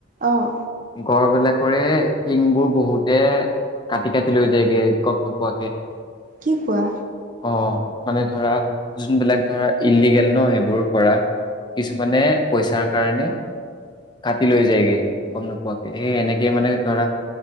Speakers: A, on the right; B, on the left.
A: অঁ
B: গ়ডবিলাকৰে শিংবোৰ বহুতে কাটি কাটি লৈ যায়গে গম নোপোৱাকে
A: কি কোৱা?
B: অ মানে ধৰা যোনবিলাক ধৰা ইলিগেল ন' সেইবোৰ কৰা কিছুমানে পইচাৰ কাৰণে কাটি লৈ যায়গে গম নোপোৱাকে সেই সেনেকে মানে ধৰা